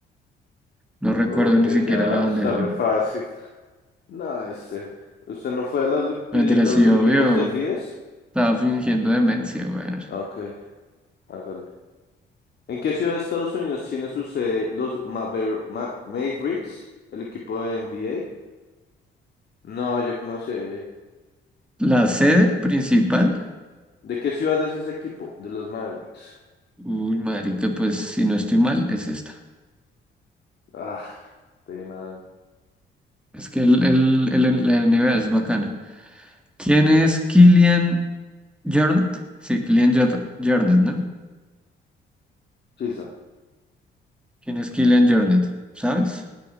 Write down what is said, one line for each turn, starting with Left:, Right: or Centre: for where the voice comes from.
Centre: No recuerdo
Left: Ok,
Centre: ni siquiera
Left: ya
Centre: la
Left: está
Centre: bandera olímpica.
Left: re fácil. No, este. ¿Usted no fue a los, Olimpi-
Centre: Mentira,
Left: los
Centre: sí,
Left: Olímpicos
Centre: obvio.
Left: de Fides?
Centre: Estaba fingiendo demencia, weón.
Left: Ok, hágale. ¿En qué ciudad de Estados Unidos tiene su sede los Maver- Ma- Mavericks, el equipo de NBA? No, yo no sé.
Centre: La sede principal.
Left: ¿De qué ciudad es ese equipo? De los Mavericks.
Centre: Uy, marica, pues si no estoy mal, es esta.
Left: Ah, de man.
Centre: Es que el, el, el- la NBA es bacana. ¿Quién es Kylian Jornet? Sí, Kylian Jor- Jornet, ¿no?
Left: Suiza.
Centre: ¿Quién es Kylian Jornet? ¿Sabes?